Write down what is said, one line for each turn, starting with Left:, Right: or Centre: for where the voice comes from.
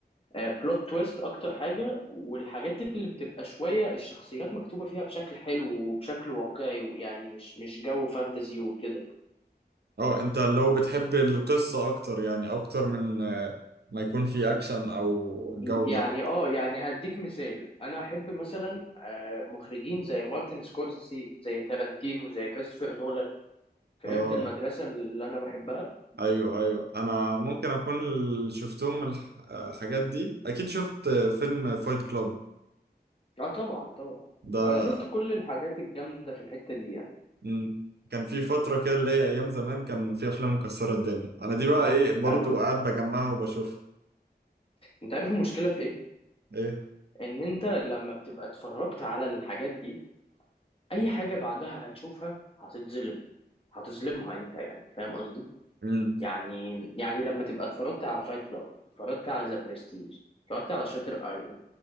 Left: بلوت تويست اكتر حاجة والحاجات اللي بتبقى شوية الشخصيات مكتوبة فيها بشكل حلو وبشكل واقعي ويعني مش مش جو فانتزي وكده
Right: اه انت لو بتحب القصه اكتر يعني اكتر من آه، ما يكون في اكشن او جوده
Left: يعني اه يعني هديك مثال انا احب مثلا آه، مخرجين زي مارتن سكورسيزي زي تارانتينو زي كريستوفر نولان فهمت
Right: اه
Left: المدرسة اللي انا بحبها
Right: ايوه ايوه انا ممكن اكون اللي شفتهم من الح- الحاجات دي اكيد شفت آه، فيلم فايت كلاب
Left: اه طبعا طبعا
Right: ده
Left: انا شفت كل الحاجات الجامده في الحته دي يعني
Right: مم. كان في فترة كده اللي هي أيام زمان كان في أفلام مكسرة الدنيا أنا دي بقى إيه برضو
Left: قوي
Right: قاعد بجمعها وبشوفها
Left: انت عارف المشكله في ايه
Right: إيه
Left: ان انت لما بتبقى اتفرجت على الحاجات دي اي حاجه بعدها هتشوفها هتتظلم هتظلمها انت يعني فاهم قصدي
Right: مم.
Left: يعني يعني لما تبقى اتفرجت على فايت كلاب اتفرجت على ذا برستيج اتفرجت على شاتر ايلاند